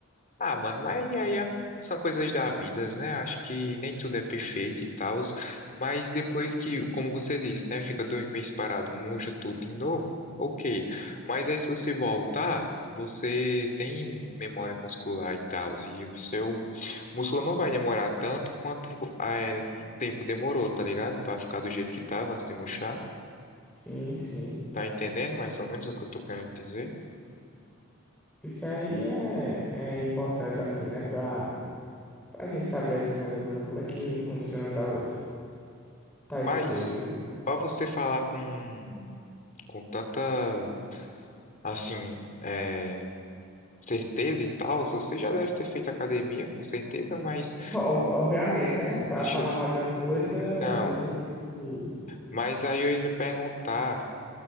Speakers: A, on the left; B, in the centre.
A: Ah, mano, mas aí a- são coisas da vida, né? Acho que nem tudo é perfeito e tal. Mas depois que, como você disse, né? Fica dois meses parado, murcha tudo de novo. Ok. Mas aí se você voltar, você tem memória muscular e tal. E o seu músculo não vai demorar tanto quanto ah, é, tempo demorou, tá ligado? Pra ficar do jeito que tava antes de murchar.
B: Sim, sim.
A: Tá entendendo mais ou menos o que eu tô querendo dizer?
B: Isso aí é, é importante assim, né, pra, pra gente saber assim mais ou menos como é que funciona tal. tais
A: Mas
B: coisas, né?
A: pra você falar com, com tanta, assim, é, certeza e tal, você já deve ter feito academia, com certeza, mas,
B: Ob- Obviamente, né? Para
A: mas deixa
B: falar
A: ele...
B: mal de uma coisa,
A: Então,
B: você tem que.
A: mas aí eu ia lhe perguntar